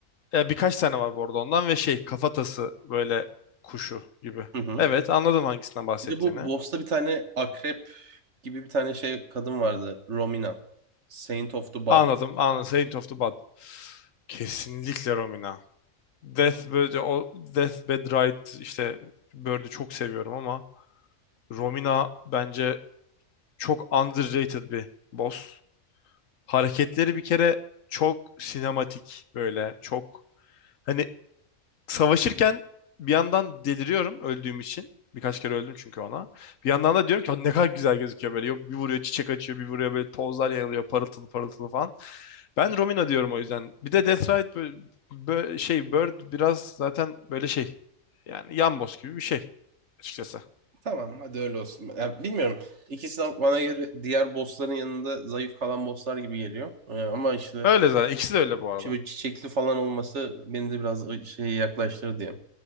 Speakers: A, on the left; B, on the right.
A: E, birkaç tane var bu arada ondan ve şey kafatası böyle kuşu gibi.
B: Hı hı.
A: Evet anladım hangisinden bahsettiğini.
B: Bir de bu boss'ta bir tane akrep gibi bir tane şey kadın vardı. Romina. Saint of the Bud.
A: Anladım anladım. Saint of the Bud. Kesinlikle Romina. Deathbed, o Deathbed Ride işte Bird'ü çok seviyorum ama Romina bence çok underrated bir boss. Hareketleri bir kere çok sinematik böyle çok Hani savaşırken bir yandan deliriyorum öldüğüm için. Birkaç kere öldüm çünkü ona. Bir yandan da diyorum ki "Lan ne kadar güzel gözüküyor böyle. Yok bir vuruyor çiçek açıyor, bir vuruyor böyle tozlar yayılıyor parıltılı parıltılı falan. Ben Romina diyorum o yüzden. Bir de Death Ride bö- bö- şey Bird biraz zaten böyle şey. Yani yan yamboz gibi bir şey açıkçası.
B: Tamam hadi öyle olsun. Ya, bilmiyorum. İkisi de bana göre diğer bossların yanında zayıf kalan bosslar gibi geliyor. Ee, ama işte,
A: Öyle zaten. İkisi de öyle bu arada.
B: işte böyle çiçekli falan olması beni de biraz o şeye yaklaştırdı diye.